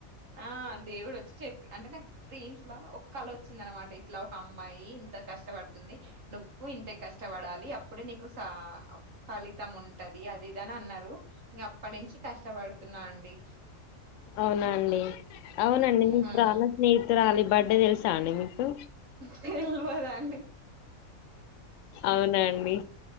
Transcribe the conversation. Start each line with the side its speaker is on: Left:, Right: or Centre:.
Right: ఆ దేవుడొచ్చి చెప్పి అంటే నాకు డ్రీమ్స్ లో ఒక కలొచ్చింది అనమాట ఇట్లా ఒక అమ్మాయి ఇంత కష్టపడుతుంది నువ్వు ఇంతే కష్టపడాలి అప్పుడే నీకు సా ఫలితం ఉంటది అది ఇదని అన్నారు ఇక అప్పటి నుంచి కష్టపడుతున్నా అండి
Left: ఔనాండి ఔనండి మీ
Right: హ్మ్.
Left: ప్రాణ స్నేహితురాలి బర్డే తెల్సా అండి మీకు
Right: తెల్వదండి
Left: ఔనండి